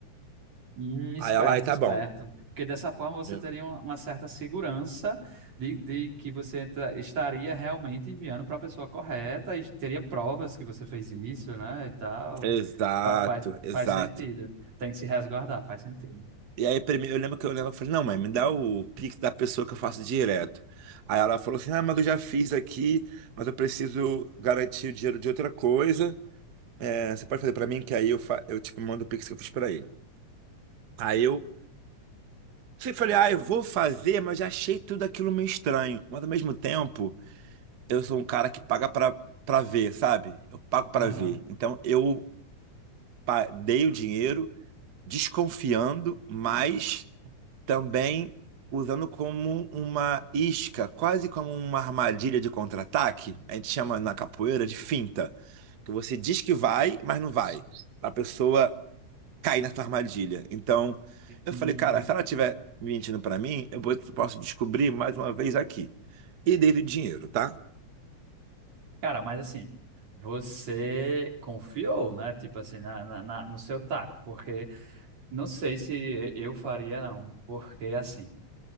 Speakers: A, on the right; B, on the right.
A: Hum, esperto,
B: Aí ela, ai, tá
A: esperto.
B: bom.
A: Porque dessa forma você
B: Eu,
A: teria uma, uma certa segurança de, de que você entra- estaria realmente enviando para a pessoa correta e teria provas que você fez isso, né? E tal.
B: Exato,
A: Fa- faz,
B: exato.
A: faz sentido. Tem que se resguardar, faz sentido.
B: E aí, primeiro, eu lembro que eu lembro, eu falei, não, mãe, me dá o Pix da pessoa que eu faço direto. Aí ela falou assim, ah, mas eu já fiz aqui, mas eu preciso garantir o dinheiro de outra coisa. É, você pode fazer pra mim, que aí eu, fa- eu tipo, mando o Pix que eu fiz pra ele. Aí eu fui- falei, ah, eu vou fazer, mas já achei tudo aquilo meio estranho. Mas ao mesmo tempo, eu sou um cara que paga pra, pra ver, sabe? Eu pago pra
A: Aham.
B: ver. Então eu pa- dei o dinheiro desconfiando, mas. também usando como uma isca, quase como uma armadilha de contra-ataque. A gente chama na capoeira de finta, que você diz que vai, mas não vai. A pessoa cai na sua armadilha. Então, eu
A: Hum.
B: falei, cara, se ela estiver mentindo pra mim, eu vou- posso descobrir mais uma vez aqui. E dei o dinheiro, tá?
A: Cara, mas assim, você confiou, né? Tipo assim, na, na, na- no seu taco, porque não sei se eu faria, não. Porque assim.